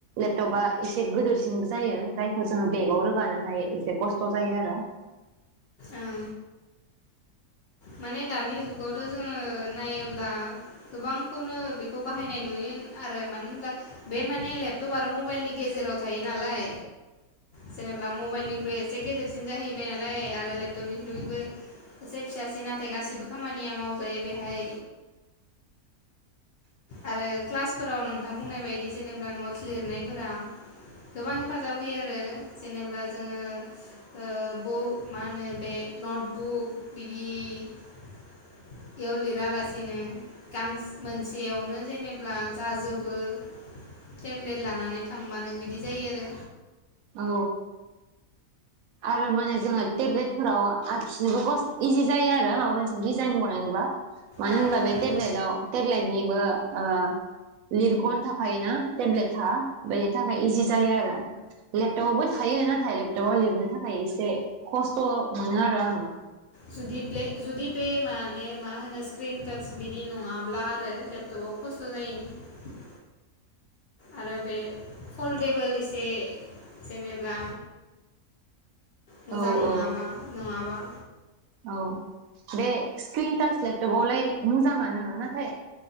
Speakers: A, on the right; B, on the left.
A: लेपटपा एसे गोदोरसिनबो जायो जायखौ जोङो बेगाव रोगानो हाय एसे खस्थ' जायो आरो
B: उम माने दानि जुगावथ' जोङो नायोब्ला गोबांखौनो बेखौ बाहायनाय नुयो आरो मानो होनब्ला बे माने लेपटप आरो मबाइलनि गेजेराव थायो नालाय जेनेबा मबाइलनिख्रुइ एसे गेदेरसिन जाहैबाय नालाय आरो लेपटपनिख्रुइबो एसे फिसासिन नाथाय गासिबो खामानिया मावजायो बेहाय आरो क्लासफोराव नोंथां बुंनाय बायदि जेनेबा नटस लिरनायफोराव गोबां हेफाजाब होयो आरो जेनेबा जोङो ओ ब मा होनो बे नटबुक बिदियाव लिरालासिनो गां मोनसे बेयावनो जेनेबा जाजोबो टेब्लेट लानानै थांबानो बिदि जायो आरो।
A: औ। आरो माने जोङो टेब्लेटफोराव आखिनोबो खस इजि जायो आरो माबा मोनसे डिजाइन बनायनोबा मानो
B: ओं
A: होनबा बे
B: ओं
A: टेबलेटआव टेब्लेटनिबो ओ लिरग'न थाफायो ना टेब्लेट हा बेनि थाखाय इजि जायो आरो लेपटपावबो थायो नाथाय लेपटपाव लिरनो थाखाय एसे खस्थ' मोनो आरो आङो
B: जुदि ब्ले जुदि बे माने मा होनो स्क्रिन टाच बिदि नङाब्ला आरो लेपटपाव खस्थ' जायो। आरो बे फलदेबोल एसे जेनेबा मोजां
A: औ
B: नङाबा
A: औ
B: नोङाबा।
A: औ बे स्क्रिन टाच लेपटप आवलाय मोजाङानो नाथाय